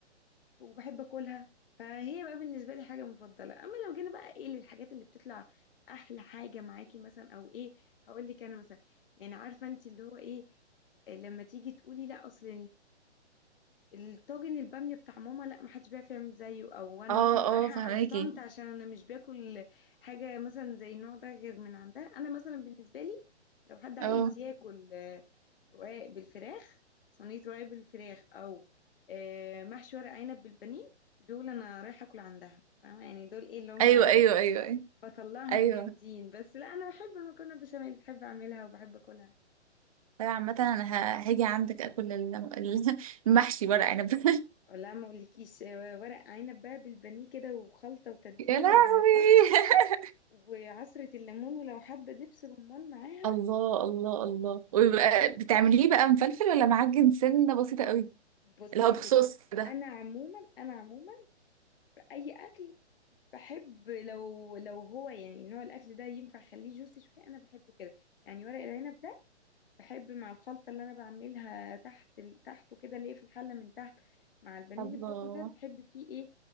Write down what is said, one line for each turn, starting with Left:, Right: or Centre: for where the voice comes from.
Left: وبحب اكلها فهي بقى بالنسبه لي حاجه مفضله اما لو جينا بقى ايه للحاجات اللي بتطلع احلى حاجه معاكي مثلا او ايه هقول لك انا مثلا يعني عارفه انت اللي هو ايه لما تيجي تقولي لا اصل الطاجن البامية بتاع ماما لا محدش بيعرف يعمل زيه او انا
Right: اه
Left: مثلا رايحة
Right: اه فهماكي
Left: عند طنط عشان انا مش باكل حاجة مثلا زي النوع ده غير من عندها انا مثلا بالنسبة لي لو حد عايز
Right: اه
Left: ياكل آه، رقاق بالفراخ صينية رقاق بالفراخ او آه، محشي ورق عنب بالبانيه بيقول انا رايحة اكل عندها فاهمة يعني دول ايه اللي هما
Right: ايوه ايوه ايوه ايوه
Left: بطلعهم
Right: ايوه
Left: جامدين بس لا انا بحب المكرونة بشاميل بحب اعملها وبحب اكلها
Right: طيب عامه انا ه... هاجي عندك اكل الم- ال- <laughs> المحشي ورق عنب <laughs>
Left: لا ما اقولكيش آه، ورق عنب بقى بالبانيه كده وخلطة وتتبيلة
Right: يا لهوي
Left: تحته
Right: <laughs>
Left: وعصرة الليمون ولو حبة دبس رمان معاها
Right: الله الله الله ويبقى بتعمليه بقى مفلفل ولا معجن سنه بسيطه قوي
Left: بصي
Right: اللي هو
Left: يا
Right: بصوص
Left: ستي
Right: ده
Left: انا عموما انا عموما في اي اكل بحب لو لو هو يعني نوع الاكل ده ينفع اخليه جوسي شويه انا بحبه كده يعني ورق العنب ده بحب مع الخلطه اللي انا بعملها تحت ال- تحته كده اللي هي في الحله من تحت مع البانيه
Right: الله
Left: اللي بحطه من تحت بحب فيه ايه